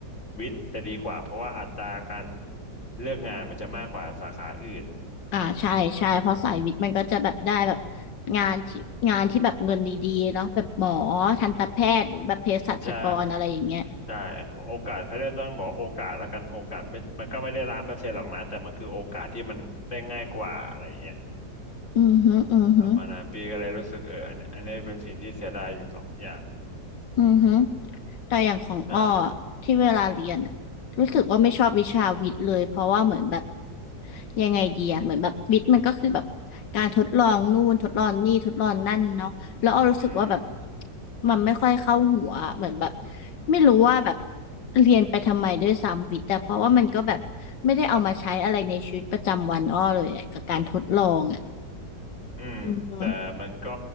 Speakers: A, on the left; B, on the left.
A: วิทย์จะดีกว่าเพราะว่าอัตราการเลือกงานมันจะมากกว่าสาขาอื่น
B: อ่าใช่ใช่เพราะสายวิทย์มันก็จะแบบได้แบบงานที่งานที่แบบเงินดีๆเนาะแบบหมอทันตแพทย์หรือแบบเภสัชกรอะไรอย่างเงี้ย
A: ใช่ใช่โอกาสเขาเรียกต้องบอกโอกาสแล้วกันโอกาสไม่มันก็ไม่ได้ล้านเปอร์เซ็นต์หรอกนะแต่มันคือโอกาสที่มันได้ง่ายกว่าอะไรอย่างเงี้ย
B: อือฮึอือฮึ
A: ประมาณนั้นพี่ก็เลยรู้สึกเอออันอันนี้เป็นสิ่งที่เสียดายอยู่สองอย่าง
B: อือฮึแต่อย่างของอ้ออะที่เวลาเรียนอะรู้สึกว่าไม่ชอบวิชาวิทย์เลยเพราะว่าเหมือนแบบ
A: ใช่
B: ยังไงดีอะเหมือนแบบวิทย์มันก็คือแบบการทดลองนู่นทดลองนี่ทดลองนั่นเนาะแล้วอ้อรู้สึกว่าแบบ
A: อืม
B: มันไม่ค่อยเข้าหัวเหมือนแบบไม่รู้ว่าแบบเรียนไปทำไมด้วยซ้ำวิทย์แต่เพราะว่ามันก็แบบไม่ได้เอามาใช้อะไรในชีวิตประจำวันอ้อเลยอะกับการทดลองอะ
A: อืมแต่มันก็
B: อือฮึ